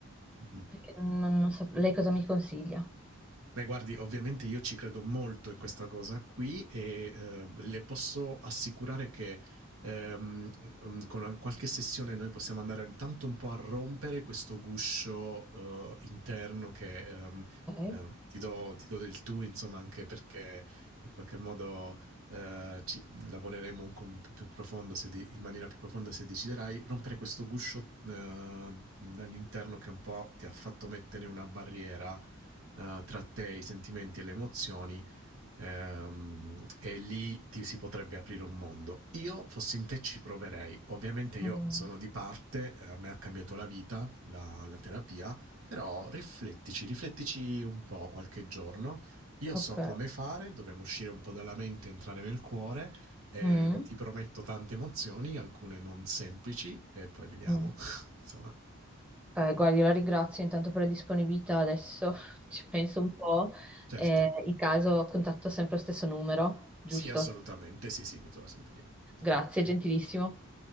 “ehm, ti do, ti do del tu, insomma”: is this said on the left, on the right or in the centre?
Right